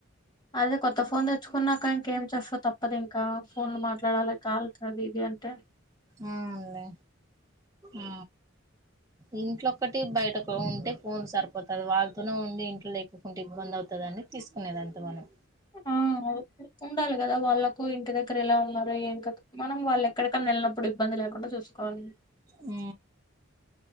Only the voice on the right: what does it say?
ఊ అండి ఊ ఇంట్లో ఒక్కటి బయటకు ఉంటే ఫోన్ సరిపోతది వాళ్ళతోనే ఉండి ఇంట్లో లేకు ఇంటి ఇబ్బంది అవుతాదని తీసుకునేదంతా మనం
ఊ